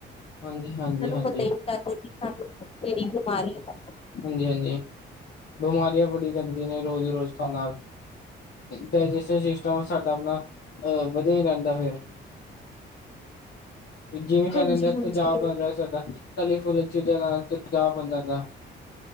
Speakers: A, on the left; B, on the left.
A: ਹਾਂਜੀ ਹਾਂਜੀ
B: ਉਹਨਾਂ ਨੂੰ
A: ਹਾਂਜੀ
B: ਪਤਾ ਈ ਨੀ ਲਗਦਾ ਕਿ ਸਾਨੂੰ ਕੇੜੀ ਬਿਮਾਰੀ ਆ।
A: ਹਾਂਜੀ-ਹਾਂਜੀ ਬਿਮਾਰੀਆਂ ਬੜੀ ਲੱਗਦੀਆਂ ਨੇ ਰੋਜ਼-ਰੋਜ਼ ਖਾਣ ਨਾਲ ਡਾਇਜੈਸ਼ਨ ਸਿਸਟਮ ਉਹ ਸਾਡਾ ਆਪਣਾ ਅ ਵਧੀਆ ਹੀ ਰਹਿੰਦਾ ਫਿਰ ਜਿਵੇਂ ਕੇਹ
B: ਹਾਂਜੀ-ਹਾਂਜੀ।
A: ਦਿੰਦੇ ਤੇਜਾਬ ਬਣ ਰਿਹਾ ਸਾਡਾ, ਤਲੀ-ਫੁਲੀ ਚੀਜ਼ਾਂ ਨਾਲ ਤਜਾਬ ਬਣਦਾ ਜਾਂਦਾ।